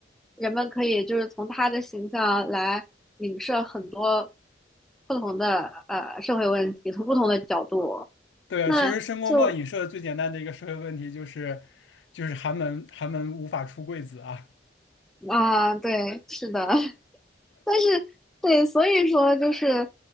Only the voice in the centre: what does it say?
人们可以就是从他的形象来影射很多不同的呃社会问题，从不同的角度。
那就
啊，对，是的，<laughs> 但是对，所以说就是